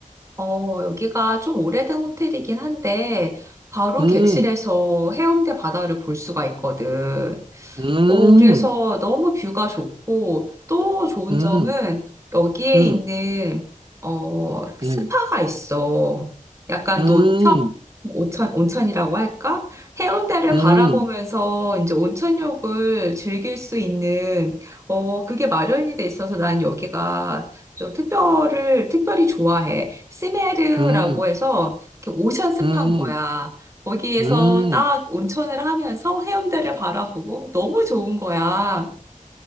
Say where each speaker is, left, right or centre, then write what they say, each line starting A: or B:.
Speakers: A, on the right (about 20°); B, on the right (about 35°).
A: 어, 여기가 좀 오래된 호텔이긴 한데, 바로
B: 음,
A: 객실에서 해운대 바다를 볼 수가 있거든.
B: 음,
A: 어, 그래서 너무 뷰가 좋고, 또 좋은
B: 음,
A: 점은 여기에
B: 음,
A: 있는, 어, 스파가
B: 음,
A: 있어. 약간
B: 음,
A: 노천, 온천, 온천이라고 할까? 해운대를
B: 음,
A: 바라보면서 이제 온천욕을 즐길 수 있는, 어, 그게 마련이 돼 있어서 난 여기가 좀 특별을, 특별히 좋아해. 시메르라고
B: 음, 음,
A: 해서 이렇게 오션 스파인
B: 음,
A: 거야. 거기에서
B: 음,
A: 딱 온천을 하면서 해운대를 바라보고 너무 좋은 거야.